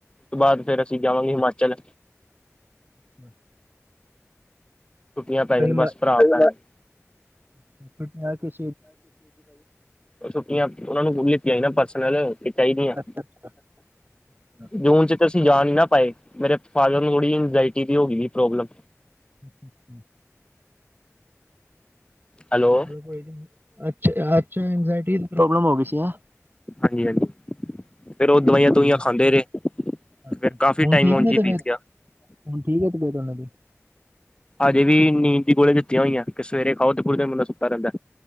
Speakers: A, on the left; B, on the right.
A: ਤੋ ਬਾਅਦ ਫਿਰ ਅਸੀ ਜਾਵਾਂਗੇ ਹਿਮਾਚਲ।
B: ਬੱਸ <inaudible>
A: ਛੁੱਟਿਆ ਪੈ ਜਾਣ, ਬਸ
B: ਮੈਂ
A: ਭਰਾ ਆਉਦਾਂ -
B: <unintelligible>
A: ਛੁਟੀਆਂ ਉਹਨਾਂ ਹੁਣ ਲਿੱਤੀਆਂ ਸੀ ਨਾ, ਪਰਸਨਲ। ਤੇ ਚਾਹੀਦੀਆਂ।
B: ਅੱਛਾ <inaudible>
A: ਜੂਨ ਚ ਤੇ ਅਸੀਂ ਜਾ ਨੀਂ ਨਾ ਪਾਏਂ, ਮੇਰੇ ਫਾਦਰ ਨੂੰ ਥੋੜ੍ਹੀ ਇੰਜਾਇਟੀ ਦੀ ਹੋ ਗਈ ਸੀ ਪ੍ਰੋਬਲਮ।
B: <inaudible>
A: ਹੈਲੋ-
B: ਕੋ ਅੱਛਾ ਅੱਛਾ ਇੰਜਾਇਟ ਜੀ ਪ੍ਰੋਬਲਮ ਹੋ ਗਈ ਸੀ ਹੈ।
A: ਹਾਂਜੀ, ਹਾਂਜੀ। ਫੇਰ ਉਹ
B: ਚਲੋ
A: ਦਵਾਈਆਂ
B: ਕੋਈ
A: ਦੁਵਾਈਆਂ
B: ਨੀ
A: ਖਾਂਦੇ ਰਹੇ,
B: ਅੱਛਾ
A: ਫੇਰ ਕਾਫੀ
B: ਹੁਣ
A: ਟਾਈਮ
B: ਠੀਕ
A: ਉਝਹੀ
B: ਨੇ ਤਬੀਅਤ
A: ਬੀਤ ਗਿਆ।
B: ਹੁਣ ਠੀਕ ਹੈ, ਤਬੀਯਤ ਉਹਨਾਂ ਦੀ
A: ਹਜੇ ਵੀ ਨੀਂਦ ਦੀ ਗੋਲੀ ਦਿੱਤੀਆਂ ਹੋਈਆਂ ਕਿ ਸਵੇਰੇ ਖਾਓ ਤੇ ਪੂਰੇ ਦਿਨ ਬੰਦਾ ਸੁੱਤਾ ਰੈਂਦਾ।